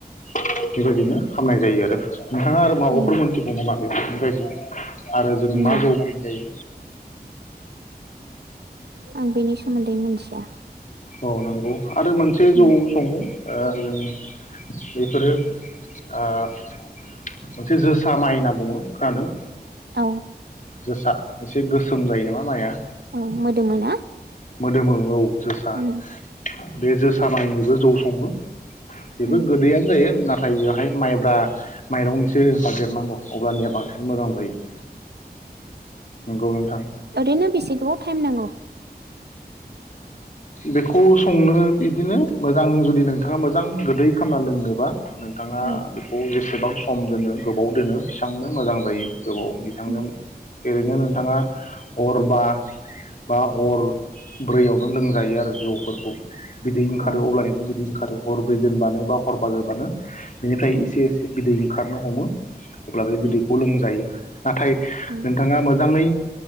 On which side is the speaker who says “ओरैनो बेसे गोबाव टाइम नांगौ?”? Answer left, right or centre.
Right